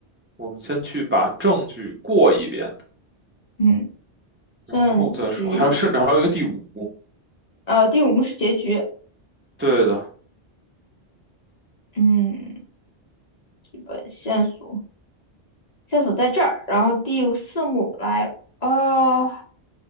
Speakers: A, on the right; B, on the left.
A: 我们先去把证据过一遍，
B: 嗯，证据。
A: 然后再说，还有甚至还有一个第五，
B: 呃，第五幕是结局，
A: 对的，
B: 嗯，剧本线索线索在这儿，然后第四幕来，哦，